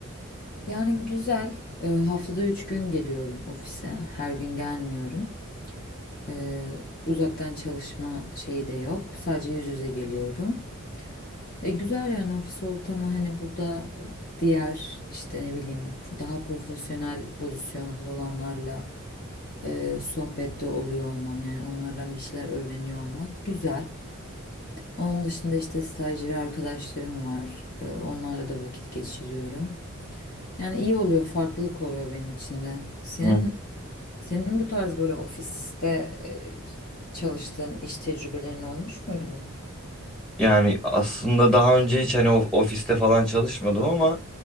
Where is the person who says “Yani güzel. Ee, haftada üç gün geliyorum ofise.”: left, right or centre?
Left